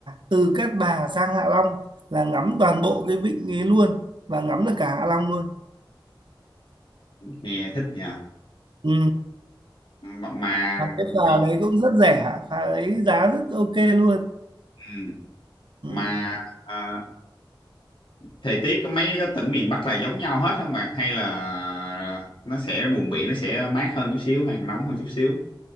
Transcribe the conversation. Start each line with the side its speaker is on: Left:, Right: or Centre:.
Right: từ Cát Bà sang Hạ Long là ngắm toàn bộ cái vịnh ấy luôn và ngắm
Left: Ồ,
Right: được cả Hạ Long luôn
Left: nghe thích nha.
Right: ừ.
Left: Mà, mà
Right: và cái phà
Left: mấy-
Right: đấy cũng rất rẻ phà đấy giá rất ok luôn
Left: ừ,
Right: ừ.
Left: mà à, thời tiết của mấy cái tỉnh miền Bắc là giống nhau hết không bạn? Hay là nó sẽ vùng biển nó sẽ mát hơn chút xíu hay nóng hơn chút xíu?